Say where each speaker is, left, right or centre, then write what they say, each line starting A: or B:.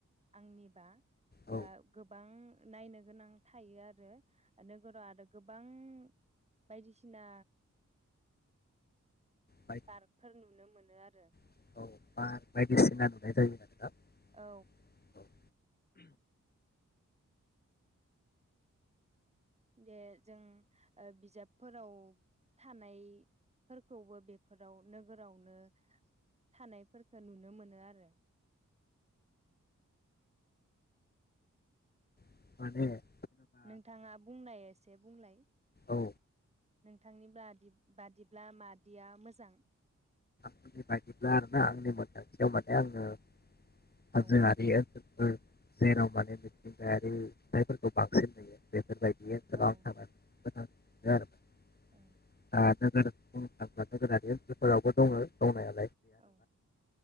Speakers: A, on the right; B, on the left.
A: आंनिबा
B: औ
A: गोबां नायनो गोनां थायो आरो नोगोराव आरो गोबां बायदिसिना
B: बाय
A: पार्कफोर नुनो मोनो आरो।
B: <unintelligible>
A: गोबां औ बे जों बिजाबफोराव थानायफोरखौबो बेफोराव नोगोरावनो थानायफोरखो नुनो मोनो आरो।
B: <inaudible>
A: नोंथाङा बुंनाय एसे बुंलाय
B: औ
A: नोंथांनि बादिब्ला मादिया मोजां?
B: <unintelligible> <unintelligible>
A: औ
B: <unintelligible>
A: औ
B: आं थांनानै <inaudible>
A: औ
B: <inaudible>
A: औ
B: <unintelligible> <unintelligible>
A: औ